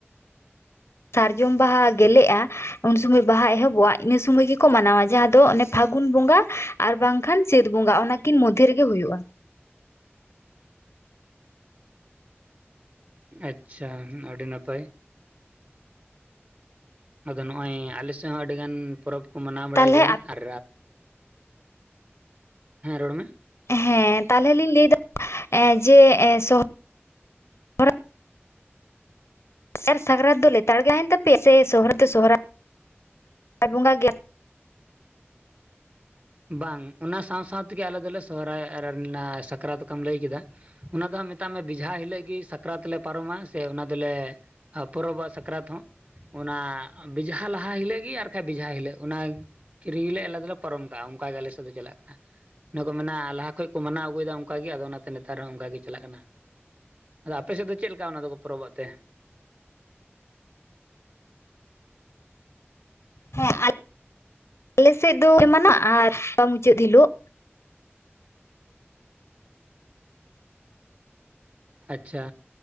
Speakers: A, on the left; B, on the right.
A: ᱥᱟᱨᱡᱚᱢ ᱵᱟᱦᱟ ᱜᱮᱞᱮᱜᱼᱟ᱾ ᱩᱱ ᱥᱚᱢᱚᱭ ᱵᱟᱦᱟ ᱮᱦᱚᱵᱚᱜᱼᱟ, ᱤᱱᱟᱹ ᱥᱚᱢᱚᱭ ᱜᱮᱠᱚ ᱢᱟᱱᱟᱣᱟ᱾ ᱡᱟᱦᱟᱸ ᱫᱚ ᱚᱱᱮ ᱯᱷᱟᱹᱜᱩᱱ ᱵᱚᱸᱜᱟ ᱟᱨ ᱵᱟᱝᱠᱷᱟᱱ ᱪᱟᱹᱛ ᱵᱚᱸᱜᱟ ᱚᱱᱟᱠᱤᱱ ᱢᱚᱫᱽᱫᱷᱮ ᱨᱮᱜᱮ ᱦᱩᱭᱩᱜᱼᱟ
B: ᱟᱪᱪᱷᱟ ᱟᱹᱰᱤ ᱱᱟᱯᱟᱭ, ᱟᱫᱚ ᱱᱚᱜᱼᱚᱭ ᱟᱞᱮ ᱥᱮᱫ ᱦᱚᱸ ᱟᱹᱰᱤᱜᱟᱱ ᱯᱚᱨᱚᱵᱽ ᱠᱚ ᱢᱟᱱᱟᱣ ᱵᱟᱲᱟᱭ
A: ᱛᱟᱦᱚᱞᱮ
B: ᱜᱮᱭᱟ ᱟᱨ <unintelligible> ᱦᱮᱸ ᱨᱚᱲ ᱢᱮ,
A: ᱦᱮᱸ ᱛᱟᱞᱦᱮ ᱞᱤᱧ ᱞᱟᱹᱭᱫᱟ ᱮᱸ ᱡᱮ ᱮᱸ ᱥᱚᱦ <inaudible> ᱥᱟᱨ ᱥᱟᱠᱨᱟᱛ ᱫᱚ ᱞᱮᱛᱟᱲ ᱜᱮ ᱦᱳᱭ ᱮᱱ ᱛᱟᱯᱮᱭᱟ ᱥᱮ ᱥᱚᱦᱚᱨᱟ ᱫᱚ ᱥᱚᱦᱚᱨᱟᱭ, ᱵᱟ ᱵᱚᱸᱜᱟ ᱜᱮ
B: ᱵᱟᱝ ᱚᱱᱟ ᱥᱟᱶ ᱥᱟᱶ ᱛᱮᱜᱮ ᱟᱞᱮ ᱫᱚᱞᱮ ᱥᱚᱦᱨᱟᱭ ᱟᱨᱮ ᱞᱮᱱᱟ ᱥᱟᱠᱨᱟᱛ ᱚᱠᱟᱢ ᱞᱟᱹᱭ ᱠᱮᱫᱟ, ᱚᱱᱟ ᱫᱚ ᱦᱟᱸᱜ ᱢᱮᱛᱟᱜ ᱢᱮ ᱵᱮᱡᱷᱟ ᱦᱤᱞᱳᱜ ᱜᱮ ᱥᱟᱠᱨᱟᱛ ᱞᱮ ᱯᱟᱨᱚᱢᱟ ᱥᱮ ᱚᱱᱟ ᱫᱚᱞᱮ ᱟ ᱯᱚᱨᱚᱵᱽ ᱟᱜ ᱥᱟᱠᱨᱟᱛ ᱦᱚᱸ, ᱚᱱᱟ ᱵᱮᱡᱷᱟ ᱞᱟᱦᱟ ᱦᱤᱞᱳᱜ ᱜᱮ ᱟᱨ ᱵᱟᱠᱷᱟᱡᱽ ᱵᱮᱡᱷᱟ ᱦᱤᱞᱳᱜ ᱚᱱᱟ ᱠᱤᱨᱤ ᱜᱮᱞᱮ ᱟᱞᱮ ᱫᱚᱞᱮ ᱯᱟᱨᱚᱢ ᱚᱱᱠᱟ ᱜᱮ ᱟᱞᱮ ᱥᱮᱫ ᱫᱚ ᱪᱟᱞᱟᱜ ᱠᱟᱱᱟ, ᱚᱱᱟ ᱠᱚ ᱢᱮᱱᱟ ᱞᱟᱦᱟ ᱠᱷᱚᱡ ᱠᱚ ᱢᱟᱱᱟᱣ ᱟᱹᱜᱩᱭᱮᱫᱟ ᱚᱱᱠᱟ ᱜᱮ ᱟᱫᱚ ᱚᱱᱟᱛᱮ ᱱᱮᱛᱟᱨ ᱦᱚᱸ ᱚᱱᱠᱟ ᱜᱮ ᱪᱟᱞᱟᱜ ᱠᱟᱱᱟ, ᱟᱫᱚ ᱟᱯᱮ ᱥᱮᱫ ᱫᱚ ᱪᱮᱫ ᱞᱮᱠᱟ ᱚᱱᱟ ᱫᱚᱠᱚ ᱯᱚᱨᱚᱵᱽ ᱚᱜ ᱛᱮ?
A: ᱦᱮᱸ ᱟᱞᱮᱥᱮᱫ ᱫᱚ ᱮᱢᱟᱱᱟᱜ ᱟᱨ ᱢᱩᱪᱟᱹᱫ ᱦᱤᱞᱳᱜ,
B: ᱟᱪᱪᱷᱟ